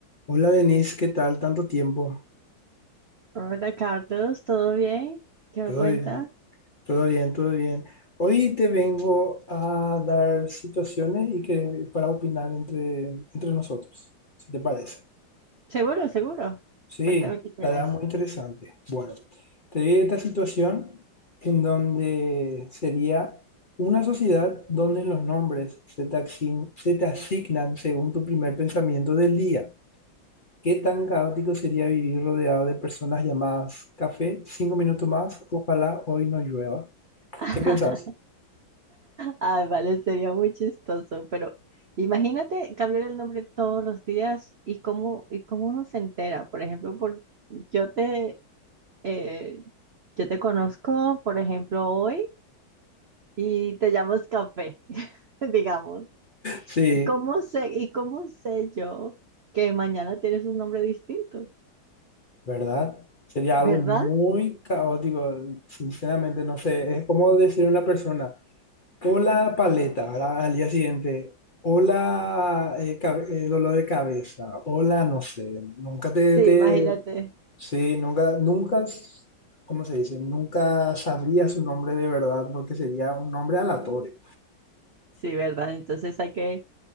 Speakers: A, on the left; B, on the right.
A: Hola Denise, ¿qué tal? Tanto tiempo.
B: Hola Carlos, ¿todo bien? ¿Qué me
A: Todo
B: cuentas?
A: bien, todo bien, todo bien. Hoy te vengo a dar situaciones y que para opinar entre, entre nosotros, si te parece.
B: Seguro, seguro.
A: Sí,
B: Cuéntame
A: estará
B: qué tienes.
A: muy interesante. Bueno, te di esta situación en donde sería una sociedad donde los nombres se te asign- se te asignan según tu primer pensamiento del día. ¿Qué tan caótico sería vivir rodeado de personas llamadas café, cinco minutos más, ojalá hoy no llueva?
B: <laughs>
A: ¿Qué pensás?
B: Ay, vale, sería muy chistoso, pero imagínate cambiar el nombre todos los días y cómo, y cómo uno se entera. Por ejemplo, por, yo te, eh, yo te conozco, por ejemplo, hoy y te llamas Café, <laughs> digamos.
A: Sí,
B: ¿Y cómo sé, y cómo sé yo que mañana tienes un nombre distinto?
A: ¿verdad? Sería
B: ¿Verdad?
A: algo muy caótico, sinceramente, no sé, es como decir a una persona, hola paleta, ¿verdad? Al día siguiente, hola eh, cabe- eh, dolor de cabeza, hola, no sé, nunca te,
B: Sí,
A: te,
B: imagínate.
A: sí, nunca, nunca, ¿cómo se dice? Nunca sabría su nombre de verdad porque sería un nombre aleatorio.
B: Sí, ¿verdad? Entonces hay que,